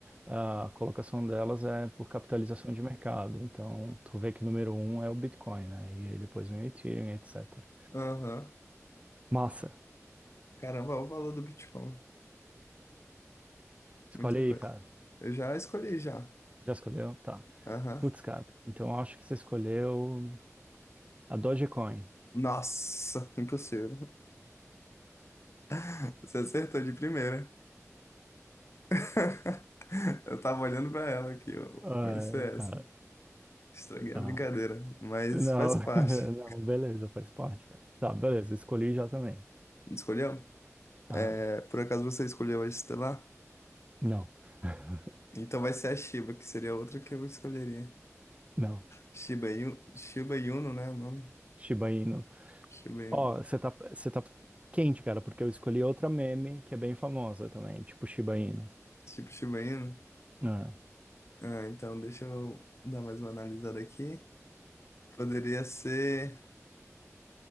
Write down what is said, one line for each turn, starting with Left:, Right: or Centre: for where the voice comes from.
Right: a colocação delas é por capitalização de mercado. Então, tu vê que o número um é o Bitcoin, né? E aí depois vem o Ethereum, etc.
Left: Aham.
Right: Massa.
Left: Caramba, olha o valor do Bitcoin.
Right: Escolhe
Left: Muita
Right: aí,
Left: coisa.
Right: cara.
Left: Eu já escolhi já.
Right: Já escolheu? Tá.
Left: Aham.
Right: Putz, cara. Então, eu acho que você escolheu. A Dogecoin.
Left: Nossa, impossível. <laughs> Você acertou de primeira. <laughs> Eu tava olhando pra ela aqui, ó.
Right: Ah,
Left: Vai ser
Right: cara,
Left: essa. Estraguei
Right: tá.
Left: a brincadeira, mas
Right: Não,
Left: faz parte.
Right: <laughs> não, beleza, faz parte, cara. Tá, beleza, escolhi já também.
Left: Escolheu?
Right: Ah,
Left: É, por acaso você escolheu a Estelar?
Right: não, <laughs>
Left: Então vai ser a Shiba, que seria a outra que eu escolheria.
Right: não.
Left: Shiba Inu, Shiba Inu, né? O nome?
Right: Shiba Inu.
Left: Shiba
Right: Ó,
Left: Inu.
Right: você tá, você tá quente, cara, porque eu escolhi outra meme que é bem famosa também, tipo Shiba Inu.
Left: Tipo Shiba Inu.
Right: Ah,
Left: Ah, então deixa eu dar mais uma analisada aqui. Poderia ser